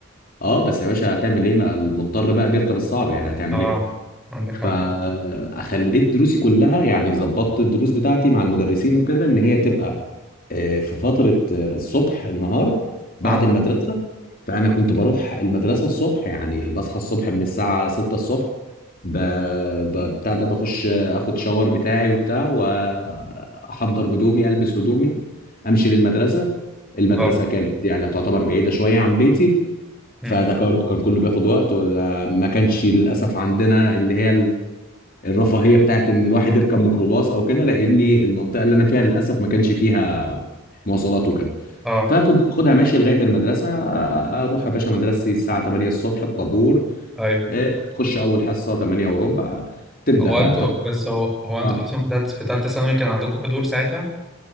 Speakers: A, on the left; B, in the centre.
A: اه بس يا باشا هتعمل ايه ما المضطر بقى بيركب الصعب يعني هتعمل
B: اه
A: ايه
B: عندك
A: فخليت
B: حق
A: دروسي كلها يعني ظبطت الدروس بتاعتي مع المدرسين وكده ان هي تبقى آه، في فترة آه، الصبح النهار بعد
B: اه
A: المدرسة فأنا كنت بروح المدرسة الصبح يعني بصحى الصبح من الساعة 6 الصبح ب... ب... بتاع ده بخش آه، اخد شاور بتاعي وبتاع واحضر هدومي البس هدومي امشي للمدرسة المدرسة
B: اه
A: كانت يعني تعتبر بعيدة شوية عن بيتي
B: امم
A: فده برضه كان كله بياخد وقت ما كانش للاسف عندنا اللي هي ال- الرفاهيه بتاعت ان الواحد يركب ميكروباص او كده لان المنطقه اللي انا فيها للاسف ما كانش فيها مواصلات وكده
B: اه
A: فكنت باخدها ماشي لغايه المدرسه آه، اروح يا باشا مدرستي الساعه 8 الصبح الطابور
B: ايوه
A: آه، تخش اول حصه 8 وربع تبدا
B: هو
A: بقى
B: انتوا
A: تاخد
B: بس
A: حصه
B: هو هو انتوا
A: اه
B: اصلا في تالتة في تالتة ثانوي كان عندكم حضور ساعتها؟